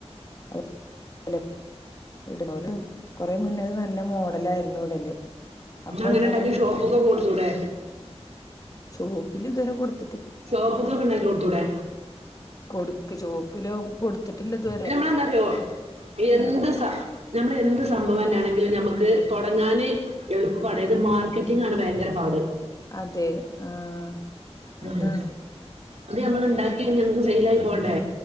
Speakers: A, on the left (about 30°); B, on the right (about 70°).
A: അഹ് ലെ ഇട്ന്നോര് കൊറെ മുന്ന്ത് ന്നല്ലെ മോഡലായിരുന്നു ഇടല്. അപ്പൊ
B: ഇന്ന അങ്ങനെണ്ടാക്കി
A: എല്ലാരും
B: ഷോപ്പ്ക്കൊക്കെ
A: ഇട്ട്
B: കൊട്ത്തൂടെ?
A: ഷോപ്പിലിത് വെരെ കൊട്ത്
B: ഷോപ്പ്ക്കൊക്കെ ഇണ്ടാക്കികൊട്ത്തൂടെ?
A: കൊടുക്ക് ചോപ്പില് കൊടുത്തിട്ടില്ല ഇതുവരെ
B: അല്ല അമ്മള് എന്താറിയോ എന്ത്സ
A: ഉം
B: നമ്മളെ എന്ത് സംഭവംന്നാണെങ്കിലും നമ്മക്ക് തൊടങ്ങാന് എളുപ്പാണ് ഇത് മാർക്കറ്റിംങ്ങ് ആണ് ഭയങ്കരപാട്.
A: അതെ ആഹ്
B: ഉം
A: അതാണ്
B: ഇത് നമ്മൾ ഉണ്ടാക്കി കഴിഞ്ഞ് നമുക്ക് സെയ്ലായി പോണ്ടേ?